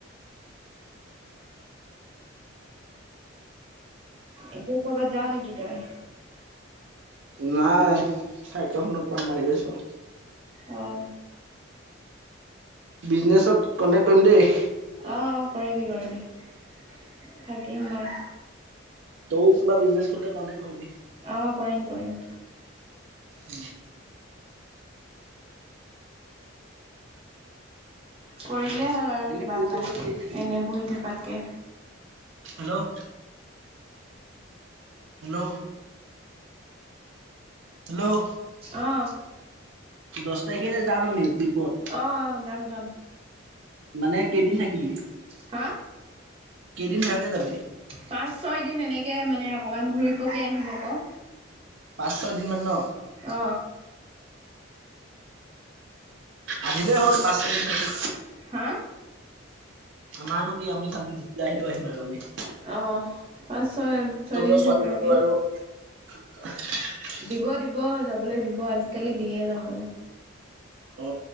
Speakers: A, on the right; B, on the right.
A: এতিয়া কৰবাত যাও নেকি তই
B: নাই চাইকেলখনত পাম মাৰি গৈছো
A: অঁ
B: বিজনেছত কন্টেকট কৰিম দেই
A: অ অ কৰিবি কৰিবি থাকিম মই
B: তৌ কিবা বিজনেছ খুললে কণ্ডে্ট কৰিবি
A: অঁ কৰিম কৰিম
B: উম
A: কৰিলেই হ'ল আৰু
B: এনে
A: কিবা
B: ফুৰিব
A: এটা
B: গ'লে কেইদিন থাকিবি
A: এনেই বহি থকাতকৈ
B: হেল্ল' হেল্ল' হেল্ল'
A: অঁ
B: দহ তাৰিখে যাম আমি ট্ৰিপত
A: অ যাম যাম
B: মানে কেইদিন থাকিবি
A: হা
B: কেইদিন থাকাকে তমি
A: পাঁচ ছয় দিন এনেকে মানে অকমান ঘূৰি পকি আহিম আকৌ
B: পাঁচ ছয় দিন মান ন
A: অ
B: আহিলেই হ'ল পাঁচটা দিন থাকি
A: হা
B: আমাৰনো কি আমি খালি যেতিয়া আহিলো আহিম আৰু আমি
A: অ পাঁচ ছয় ছয়দিন
B: তহঁতৰ ছোৱালী
A: থাককে
B: মানুহ <unintelligible>
A: দিব দিব যাবলৈ দিব আজিকালি দিয়ে ন হলে
B: অ